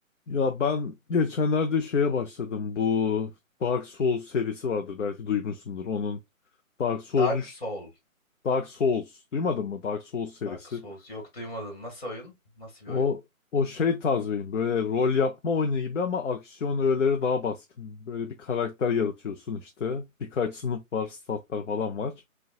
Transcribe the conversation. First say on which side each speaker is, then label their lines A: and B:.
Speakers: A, on the left; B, on the left.
A: Ya ben geçenlerde şeye başladım. Bu Dark Souls serisi vardır belki duymuşsundur. Onun Dark Souls
B: Dark
A: 3,
B: Soul.
A: Dark Souls duymadın mı? Dark Souls serisi.
B: Dark Souls. Yok duymadım. Nasıl oyun? Nasıl
A: O
B: bir oyun?
A: o şey tarzıyım. Böyle rol yapma oyunu gibi ama aksiyon öğeleri daha baskın. Böyle bir karakter yaratıyorsun işte. Birkaç sınıf var, statlar falan var.